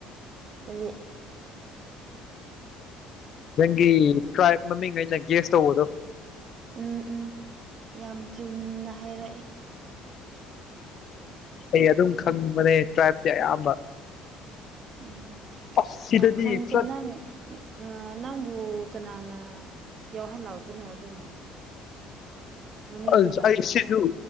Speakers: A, on the right (about 40°); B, on the left (about 45°).
A: ꯀꯔꯤ
B: ꯅꯪꯒꯤ ꯇ꯭ꯔꯥꯏꯞ ꯃꯃꯤꯡ ꯑꯩꯅ ꯒꯦꯁ ꯇꯧꯕꯗꯣ
A: ꯎꯝ ꯎꯝ ꯌꯥꯝ ꯆꯨꯝꯅ ꯍꯥꯏꯔꯛꯑꯦ
B: ꯑꯩ ꯑꯗꯨꯝ ꯈꯪꯕꯅꯦ ꯇ꯭ꯔꯥꯏꯞꯇꯤ ꯑꯌꯥꯝꯕ
A: ꯎꯝ
B: ꯑꯁ ꯁꯤꯗꯗꯤ
A: ꯌꯥꯝ ꯈꯪꯏꯀꯣ
B: ꯐ꯭ꯂꯠ
A: ꯅꯪ ꯑ ꯅꯪꯕꯨ ꯀꯅꯥꯅ ꯌꯥꯎꯍꯜꯂꯛꯄꯅꯣ ꯑꯗꯨꯅ ꯃꯃꯤꯡꯗꯤ
B: ꯑꯁ
A: ꯄꯥꯟꯗꯔꯣꯏ
B: ꯑꯩ ꯁꯤꯖꯨ